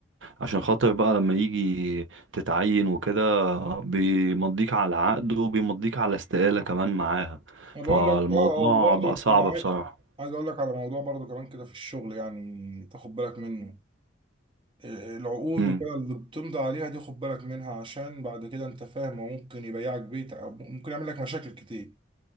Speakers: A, on the right (about 75°); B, on the right (about 25°).
A: عشان خاطر بقى لما يجي تتعين وكده بيمضيك على عقد وبيمضيك على استقالة كمان معاها
B: انا
A: فالموضوع
B: بقول لك اه وبرضه
A: بقى صعب
B: انا عايز
A: بصراحة
B: عايز اقول لك على موضوع برضه كمان كده في الشغل يعني تاخد بالك منه العقود
A: امم
B: وكده اللي بتمضي عليها دي خد بالك منها عشان بعد كده انت فاهم هو ممكن يبيعك بيت أو ممكن يعمل لك مشاكل كتير